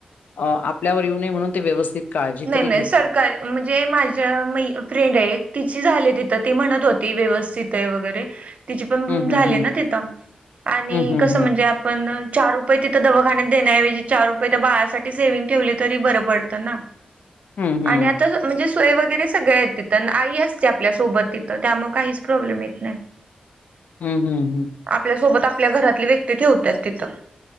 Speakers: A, on the left; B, on the right.
A: आपल्यावर येऊ नये म्हणून ते व्यवस्थित काळजी
B: नाही
A: तरी
B: नाही
A: घेतात.
B: सरकारी म्हणजे माझ्या मै फ्रेंड ये एक तिची झाली तिथं ती म्हणत होती व्यवस्थित आहे वगैरे तिची पण
A: हम्म
B: झाली
A: हम्म हम्म
B: ना तिथं आणि
A: हं, हं,
B: कसं
A: हं.
B: म्हणजे आप पण चार रुपये तिथं दवाखान्यात देण्याऐवजी चार रुपये त्या बाळासाठी सेव्हिंग ठेवली तरी बरं पडतं ना
A: हं, हं.
B: आणि आता म्हणजे सोय वगैरे सगळे आहेत तिथं आई असते आपल्यासोबत तिथं त्यामुळे काहीच प्रॉब्लेम येत नाही हम्,
A: ह, ह, ह
B: आपल्यासोबत आपल्या घरातली व्यक्ती ठेवत्यात तिथं